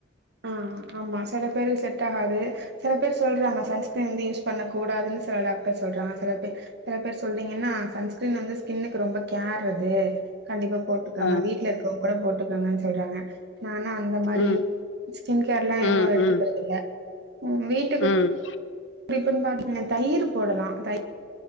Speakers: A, on the right; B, on the left.
A: ஆஹ் ஆமா சில பேருக்கு செட் ஆகாது சில பேர் சொல்றாங்க சன்ஸ்கிரீன் வந்து யூஸ் பண்ண கூடாதுன்னு சில டாக்டர் சொல்றாங்க சில பே சில பேர் சொல்றீங்கன்னா சன்ஸ்கிரீன் வந்து ஸ்கின்னுக்கு ரொம்ப கேர் அது கண்டிப்பா போட்டுக்காங்க
B: ஆ
A: வீட்டுல இருக்கவங் கூட போட்டுக்கங்கன்னு சொல்றாங்க நான் ஆ அந்த மாதிரி
B: ம்
A: ஸ்கின் கேர் எலாம் எதுவும்
B: ம்
A: எடுத்துக்கறிறது
B: ம்
A: இல்ல உ வீட்டுக்கு
B: ம்
A: இப்பன்னு பாத்தீங்க தயிர் போடலாம் தயிர்